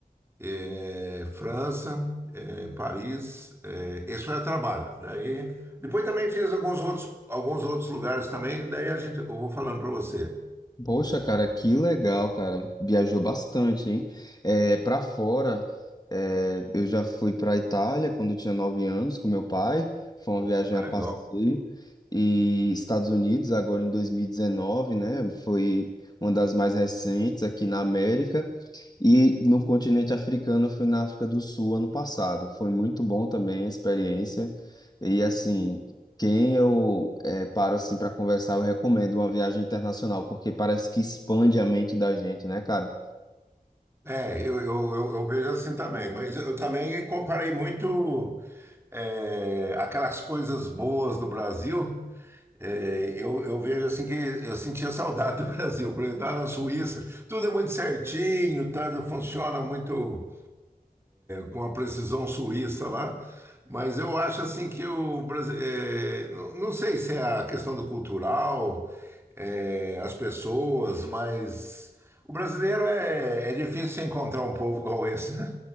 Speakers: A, on the right; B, on the left.
A: é, França, é, Paris, é, esse foi a trabalho. Daí, depois também fiz alguns outros, alguns outros lugares também, daí a gente, eu vou falando para você.
B: Poxa, cara, que legal, cara. Viajou bastante, hein? É, para fora, é, eu já fui para Itália quando eu tinha nove anos com meu pai. Foi uma viagem
A: Ah,
B: a
A: legal.
B: passeio. E Estados Unidos, agora em 2019, né? Foi uma das mais recentes aqui na América. E no continente africano, eu fui na África do Sul ano passado. Foi muito bom também a experiência. E assim, quem eu é, paro assim para conversar, eu recomendo uma viagem internacional, porque parece que expande a mente da gente, né, cara?
A: É, eu, eu, eu, eu vejo assim também, mas eu também comparei muito é, aquelas coisas boas do Brasil. é, eu, eu vejo assim que eu sentia saudade do Brasil, por exemplo, estar na Suíça, tudo é muito certinho, tudo funciona muito, com a precisão suíça lá, mas eu acho assim que o Brasil, é, não, não sei se é a questão do cultural, é, as pessoas, mas o brasileiro é, é difícil você encontrar um povo igual esse, né?